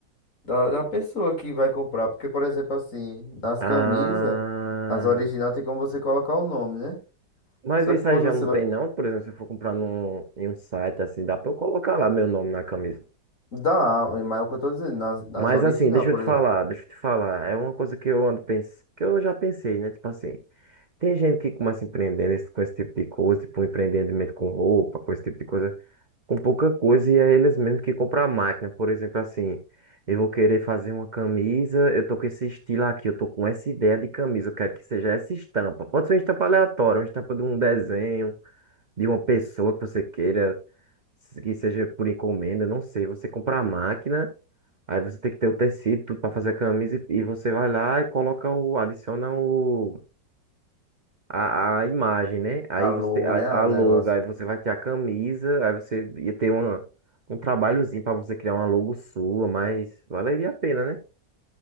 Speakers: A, on the left (about 45°); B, on the right (about 45°).
A: da, da pessoa que vai comprar, porque, por exemplo, assim, nas
B: Ah.
A: camisas, as originais tem como você colocar o nome, né?
B: Mas
A: Só
B: isso
A: que quando
B: aí já
A: você
B: não
A: vai.
B: tem não, por exemplo, se eu for comprar num, em um site assim, dá pra eu colocar lá meu nome na camisa.
A: Dá, mas é o que eu tô dizendo, nas, nas
B: Mas
A: original,
B: assim, deixa
A: por
B: eu te
A: exemplo.
B: falar, deixa eu te falar, é uma coisa que eu ando pens... que eu já pensei, né? Tipo assim, tem gente que começa empreendendo esse- com esse tipo de coisa, tipo um empreendimento com roupa, com esse tipo de coisa, com pouca coisa, e é eles mesmos que compram a máquina. Por exemplo, assim, eu vou querer fazer uma camisa, eu tô com esse estilo aqui, eu tô com essa ideia de camisa, eu quero que seja essa estampa. Pode ser uma estampa aleatória, uma estampa de um desenho. de uma pessoa que você queira, se- que seja por encomenda, não sei. Você compra a máquina, aí você tem que ter o tecido, tudo para fazer a camisa, e, e você vai lá e coloca o, adiciona o, a, a imagem, né? Aí
A: A logo,
B: você tem a,
A: né?
B: a
A: O negócio.
B: logo, aí você vai ter a camisa, aí você ia ter uma, um trabalhozinho para você criar uma logo sua, mas valeria a pena, né?